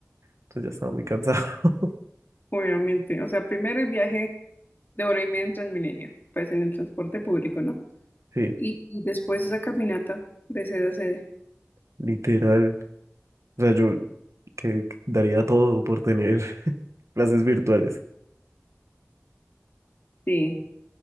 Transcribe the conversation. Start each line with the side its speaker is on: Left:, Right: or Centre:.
Right: Entonces ya estaba muy cansado. <laughs>
Left: obviamente. O sea, primero el viaje de hora y media en Transmilenio, pues en el transporte público, ¿no?
Right: Sí,
Left: Y, y después esa caminata de sede a sede.
Right: literal. O sea, yo que que daría todo por tener <laughs> clases virtuales.
Left: Sí,